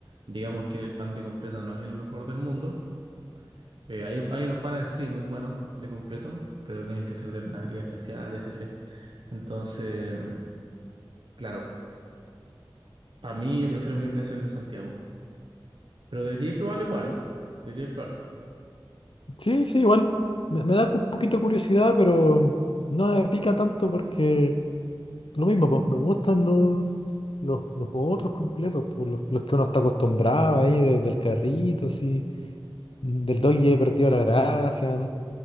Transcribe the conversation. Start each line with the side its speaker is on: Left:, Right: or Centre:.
Right: digamos que el pan de completo no es el mejor del mundo. Eh, hay, hay unos panes, sí, muy buenos de completo, pero tienen que ser de panadería especial, etc. Entonces, mm, claro, para mí yo prefiero mil veces el de Santiago. Pero debería probarlo igual. Debería probarlo.
Left: Sí, sí, igual. Me, me da un poquito de curiosidad, pero no me pica tanto porque lo mismo, pues me gustan los, los, los otros completos, por los, los que uno está acostumbrado ahí, de- del carrito, así, mm, del doggy he perdido la gracia.